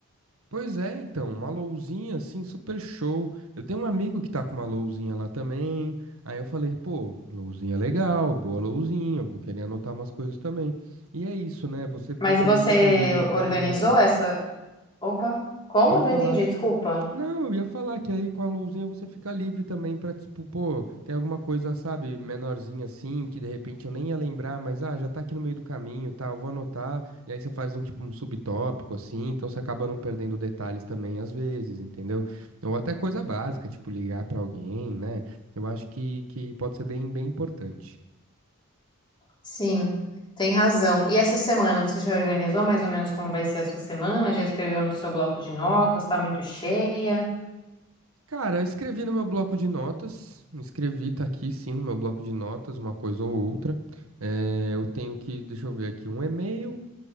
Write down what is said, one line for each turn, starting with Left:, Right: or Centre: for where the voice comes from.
Right: Pois é, então, uma lousinha assim, super show. Eu tenho um amigo que tá com uma lousinha lá também. Aí eu falei, pô, lousinha legal, boa lousinha, vou querer anotar umas coisas também. E é isso, né? Você pô-
Left: Mas
Right: também
Left: e você
Right: fica livre pra
Left: organizou
Right: poder.
Left: essa, Opa, como?
Right: Pode
Left: Não
Right: falar.
Left: entendi, desculpa.
Right: Não, eu ia falar que aí com a luzinha você fica livre também pra, tipo, pô, tem alguma coisa, sabe, menorzinha assim, que de repente eu nem ia lembrar, mas ah, já tá aqui no meio do caminho, tá, eu vou anotar, e aí você faz um tipo um subtópico assim, então você acaba não perdendo detalhes também às vezes, entendeu? Ou até coisa básica, tipo ligar pra alguém, né? Eu acho que, que pode ser bem, bem importante.
Left: Sim, tem razão. E essa semana você já organizou mais ou menos como vai ser a sua semana? Já escreveu no seu bloco de notas? Tá muito cheia?
Right: Cara, eu escrevi no meu bloco de notas, escrevi, tá aqui sim no meu bloco de notas, uma coisa ou outra. É, eu tenho que, deixa eu ver aqui, um e-mail,